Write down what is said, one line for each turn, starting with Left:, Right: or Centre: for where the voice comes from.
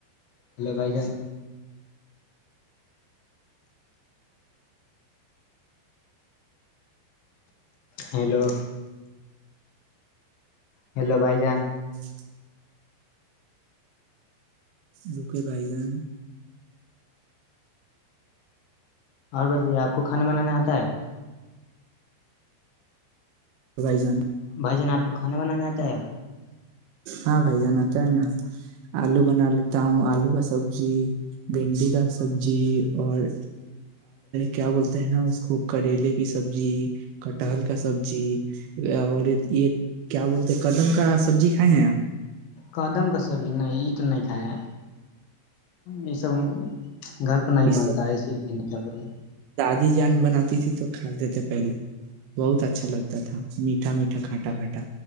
Left: ہیلو بھائی جان ہیلو ہیلو بھائی جان
Right: <inaudible> لوکے پھائی جان
Left: اور بتائیے آپ کو کھانا بنانا آتا ہے
Right: بزائی جان
Left: بھائی جان آپ کو کھانا بنانا آتا ہےیا
Right: ہاں بھائی جناتا ہے نا آلو بنا لیتا ہوں آلو کا سبزی بھنڈی کا سبزی اور کیا بولتا ہے نا اس کو کریلے کی سبزی کٹہل کا سبزی اور یہ کیا بولتے قدم کا سبزی کھائے ہیں نا
Left: کدم کا سبھی نے اینٹ نہیں کھایا یہ سب گھر کو نہیں
Right: یہ
Left: بنتا اسی لیے نہیں کیا بنے
Right: ر جان بناتی تھی تو کھاتے تھے پہلے بہت اچھا لگتا تھا میٹھا میٹھا کھٹا کھٹا